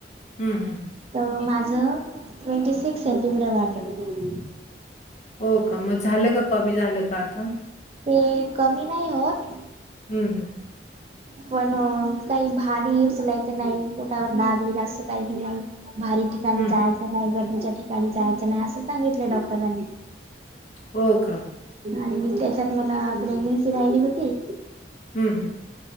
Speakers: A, on the left; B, on the right.
A: हम् हम् हम,
B: त.. माझ ट्वेंटी सिक्स सेंटीमीटर वाढलेलं.
A: हो का मग झालं का कमी झालं का आता.
B: ते कमी नाही होत.
A: हम् हम्,
B: पण काही भारी उचलायचं नाही. पोटावर दाब येईल असं काहीही नाही. भारी ठिकाणी
A: हम्म
B: जायचं नाही. गर्दीच्या ठिकाणी जायचं नाही. असं सांगितलं डॉक्टरांनी.
A: हो का
B: आणि मी त्याच्यात मला प्रेग्नेन्सी राहिली होती.
A: हम् हम,